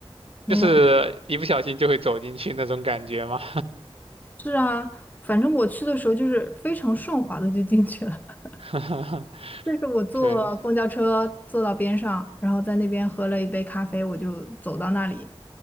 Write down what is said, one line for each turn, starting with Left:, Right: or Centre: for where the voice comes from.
Left: 没有。
Right: 就是一不小心就会走进去那种感觉吗？
Left: 是啊，反正我去的时候就是非常顺滑的就进去了。<laughs>
Right: <laughs>
Left: 就是我坐公交车坐到边上，
Right: 对，
Left: 然后在那边喝了一杯咖啡，我就走到那里，